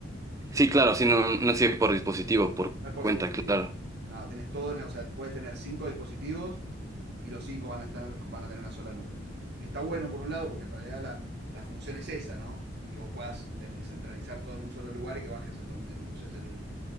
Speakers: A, on the right; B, on the right.
A: ¿Se
B: Sí,
A: entiende?
B: claro, sí, no, no sirve por dispositivo, por
A: No es por
B: cuenta,
A: dispositivo.
B: claro.
A: No, tienes todo, o sea, puedes tener cinco dispositivos y los cinco van a, estar, van a tener una sola nube. Que está bueno por un lado, porque en realidad la, la función es esa, ¿no? Que vos puedas ten, centralizar todo en un solo lugar y que bajes donde uses el,